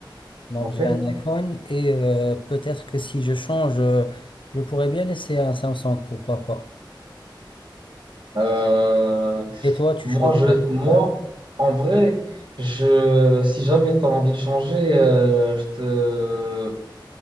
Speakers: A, on the left; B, on the right.
A: Donc,
B: Ok.
A: j'ai un iPhone et euh, peut-être que si je change, euh, je pourrais bien essayer un Samsung, pourquoi pas.
B: Euh,
A: Et toi, tu
B: moi,
A: choisirais?
B: je, moi,
A: quoi? Ouais.
B: en vrai, je, si jamais tu as envie de changer, euh, je te,